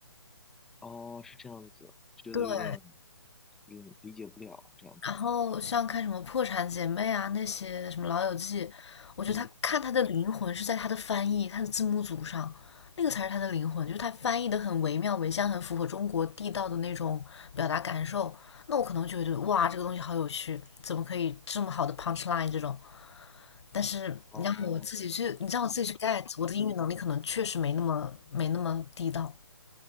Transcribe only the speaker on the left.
对，
然后像看什么《破产姐妹》啊，那些什么《老友记》，我觉得他看他的灵魂是在他的翻译、
他的字幕组上，那个才是他的灵魂，
就是他翻译的很惟妙惟肖，很符合中国地道的那种表达感受。那我可能就会觉得哇，这个东西好有趣，怎么可以这么好的 punch line 这种？但是你让我自己去，
你让我自己去 get，我的英语能力可能确实没那么没那么地道。